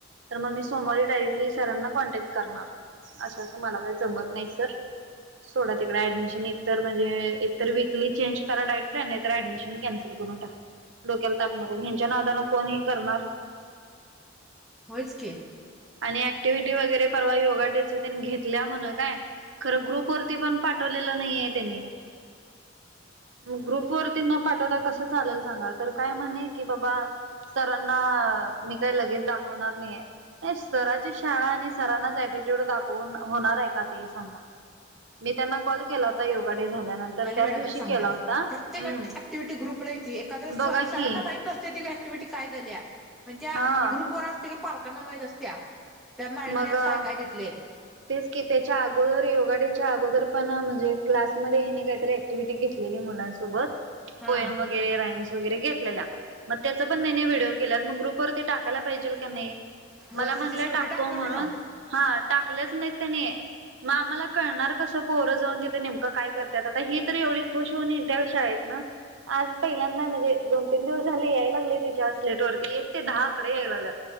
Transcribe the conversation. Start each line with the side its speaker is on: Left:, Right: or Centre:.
Right: तर मग मी सोमवारी डायरेक्टली सरांना कॉन्टॅक्ट करणार. असं असं मला काही जमत नाही सर सोडा तिकडे ऍडमिशन. एक तर म्हणजे एक तर, वीकली चेंज करा डाएट प्लॅन. नाही तर ऍडमिशन कॅन्सल कॅन्सल करून टाका. डोक्याला ताप नको, ह्यांच्या नादानं कोण हे करणार?
Centre: होयच की.
Right: आणि ऍक्टिव्हटी वगैरे, परवा योगा डेच त्यांनी घेतल्या म्हण काय? खरं ग्रुप वरती पण, पाठवलेलं नाही आहे त्यांनी. मग ग्रुप वरती न पाठवता कसं चालेल सांगा? तर काय म्हणे की बाबा सरांना, मी काही लगेच दाखवणार नाहीये. नाही सराची शाळा आणि सरांनाच अटिट्यूड दाखवून होणार आहे का ते सांगा? मी त्यांना कॉल केला होता, योगा डे झाल्यानंतर
Centre: म्हणाली
Right: त्याच
Centre: मॅडमच
Right: दिवशी
Centre: चांगल्या.
Right: केला होता
Centre: प्रत्येक
Right: हम्म
Centre: ऍक्टि ऍक्टिव्हीटी ग्रुपला येती, एखाद्या वेळेस
Right: बघा
Centre: स सरांना
Right: की
Centre: माहीत नसते ती ऍक्टिव्हीटी काय झाल्या, म्हणजे
Right: हा
Centre: ग्रुप वर असते की, पालकांना माहीत असत्या त्या मॅडमानी,
Right: मग
Centre: आज काय काय घेतलंय.
Right: तेच की, त्याच्या अगोदर योगा डे च्या अगोदर पण म्हणजे क्लासमध्ये ह्यांनी काहीतरी ऍक् ऍक्टिव्हटी घेतलेली मुलांसोबत.
Centre: हा
Right: पोयम वगैरे राईम्स वगैरे घेतलेल्या, मग त्याचं पण त्याने व्हिडिओ केल्यात मग ग्रुपवरती टाक टाकायला पाहिजे का नाही, मला
Centre: वर्षाच्या
Right: म्हणलं
Centre: शेवटी
Right: टाकतो
Centre: टाकणार
Right: म्हणून.
Centre: म्हणाव
Right: हा, टाकलेच नाही त्यांनी. मग आम्हाला कळणार कसं पोरं जाऊन ति नेमकं काय करतात, आता ही तर एवढी खुश होऊन येत्या शाळेतनं आज पहिल्यांदा म्हणजे दोन तीन दिवस झाले यायला लागले तिच्या स्लेट वरती एक ते दहा आकडे यायला लागल्यात.